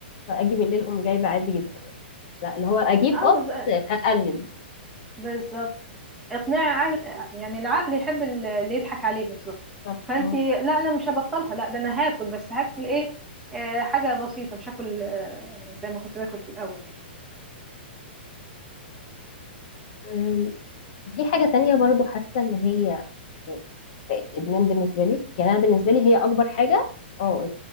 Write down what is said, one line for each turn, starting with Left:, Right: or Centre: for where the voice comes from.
Left: فاجيب الليل اقوم جايبه عادي جدا يعني لا اللي هو اجيب
Centre: اه
Left: اه بس اقلل
Centre: بالظبط اقناع عقل يعني العقل يحب ال- اللي يضحك عليه بالظبط
Left: بالظبط
Centre: فانت
Left: اه
Centre: لا انا مش هبطلها لا ده انا هاكل بس هاكل ايه آه حاجه بسيطه مش هاكل آه زي ما كنت باكل في الاول يعني
Left: أم، في حاجه تانية برضو حاسه ان هي بقت ادمان بالنسبه لي يعني انا بالنسبه لي هي اكبر حاجه اه